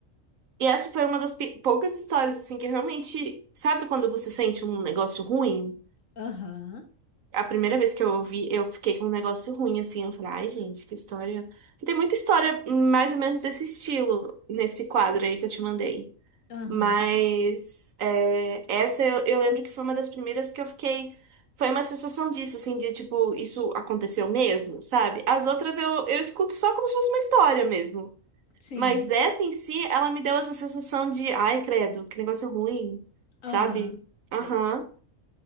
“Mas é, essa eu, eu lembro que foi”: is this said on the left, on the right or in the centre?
Right